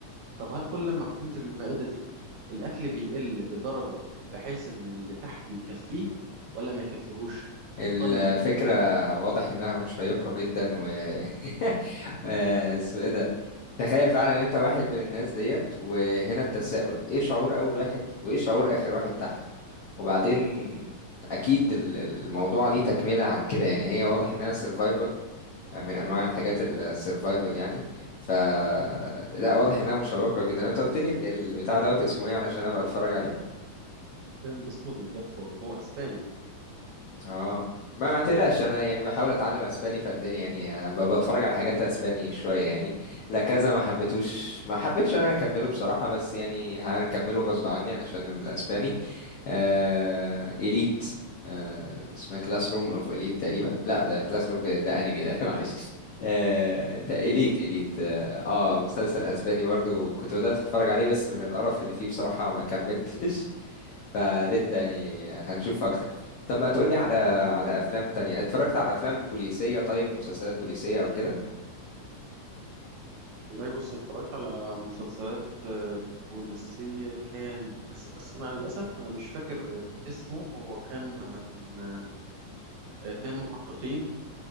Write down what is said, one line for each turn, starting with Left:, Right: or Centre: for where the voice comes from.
Right: طب هل كل ما بتنزل المائدة دي الأكل بيقل بدرجة بحيث إن اللي تحت يكفيه ولا ما يكفيهوش؟
Left: الفكرة
Right: طيب
Left: واضح انها مشيقة جدا و <laughs> آه، اسمه ايه ده تخيل فعلا ان انت واحد من الناس ديت وهنا التساؤل ايه شعور اول واحد وايه شعور اخر واحد تحت وبعدين اكيد ال- ال- الموضوع ليه تكملة عن كده يعني هي واضح انها سيرفايفل من انواع الحاجات السيرفايفل يعني ف لا واضح انها مشوقة جدا انت قلت لي ال- البتاع دوت اسمه ايه علشان ابقى اتفرج عليه
Right: فيلم اسمه ذا بلاتفورم هو أسباني
Left: اه ما تقلقش انا يعني بحاول اتعلم اسباني فالدنيا يعني آه، ب- بتفرج على حاجات اسباني شوية يعني لا كذا ما حبيتوش ما حبيتش انا اكمله بصراحة بس يعني هكمله غصب عني علشان الاسباني آه... إليت آه... اسمها كلاس روم اوف إليت تقريبا لا ده كلاس روم ده, ده أنمي ده <laughs> معلش آه... تا-
Right: مم.
Left: إليت إليت آه... آه مسلسل أسباني برضو كنت بدأت أتفرج عليه بس من القرف اللي فيه بصراحة ما كملتش <laughs> فلسه
Right: مم.
Left: يعني هنشوف أكتر طب ما تقولي على على أفلام تانية اتفرجت على أفلام بوليسية طيب مسلسلات بوليسية أو كده
Right: والله بص اتفرجت على مسلسلات آه، بوليسية كان بس, بس أنا للأسف أنا مش فاكر اسمه هو كان عن آه، اتنين محققين